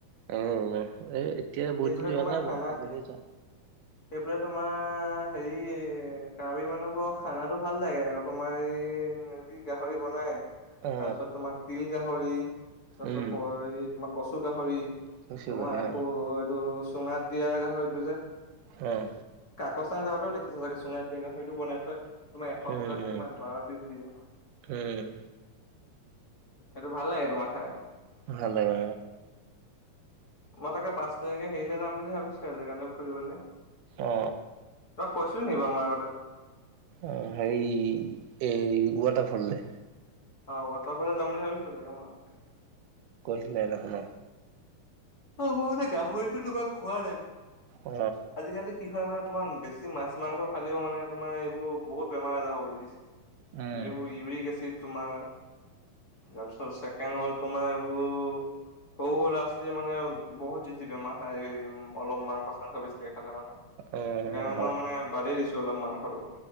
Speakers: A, on the right (about 80°); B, on the left (about 35°).
A: অ'। এতিয়া বহুত
B: সেইফালে
A: দিন যোৱা
B: তোমাৰ
A: নাই
B: খানা
A: বাৰু আগতে
B: সেইফালে
A: যোৱা
B: তোমাৰ হেৰি কাৰ্বি মানুহ বৰ খানাটো ভাল লাগে আকৌ তোমাৰ এই যি গাহৰি বনাই।
A: অ
B: তাৰপিছত তোমাৰ তিল গাহৰি তাৰপিছত
A: উম
B: তোমাৰ কচু গাহৰি।
A: কৈছে
B: তোমাৰ
A: গৈহে
B: আকৌ
A: অ
B: এইটো চুঙাত দিয়া গাহৰিটো যে
A: উম।
B: কচং যাওতেও দেখিছোঁ চাগে চুঙাই দিয়া সটো বনাই থয়। তোমাৰ এশ
A: উম উম
B: টকাত কিমান বাৰ পিছ দিয়ে।
A: উম
B: সেইটো ভাল লাগে তোমাৰ খাই।
A: ভাল লাগে
B: মই তাকে পাঁচ তাৰিখে হেৰিলে যাম বুলি বুলি ভাবিছো আজিকালে ফুৰিবলৈ তাক,
A: অ অ
B: কৈছিলো নেকি বাৰু মই আগতে
A: অ' সেৰি এই ৱাটাৰফলৰে
B: অ' াটাৰফালে যাম বুলি ভাবিছো তাকে মই।
A: ভিলে ন ন।
B: অ' মই মতে গাহৰিতো তোমাৰ খোৱা নাই
A: অ
B: আজিকালি কি হয় মানে তোমাৰ বেছি মাছ মাংস খালেও মানে তোমাৰ এইবোৰ বহুত বেমাৰ আজাৰ হ'ব লাগিছে।
A: উম
B: এইব ইউৰি গছি। তোমাৰ, তাৰপিছত চছেকেণ্ড হল তোমাৰ এইবোৰ সৰু ল ছী মানে বহত জিতি বে মা আজিকালি উ অলপ মাংস চংস বেছ ে মানে
A: অ
B: সেইকাৰণে
A: হয়
B: মই মানে বাদেই দিছো অলপ মাংসটো।